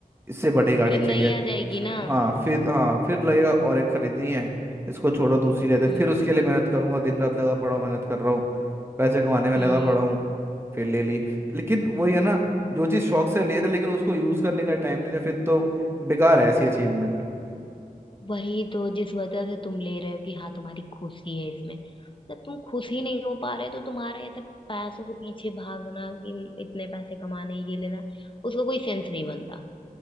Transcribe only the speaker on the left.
फिर
नहीं आ जाएगी
ना
हम्म
हम्म
वही तो जिस वजह से तुम ले रहे हो कि हाँ तुम्हारी खुशी है इसमें जब तुम खुश ही नहीं हो पा रहे तो तुम्हारा ये सब पैसों के पीछे भागना कि इतने पैसे कमाने ये लेना उसका कोई सेंस नहीं बनता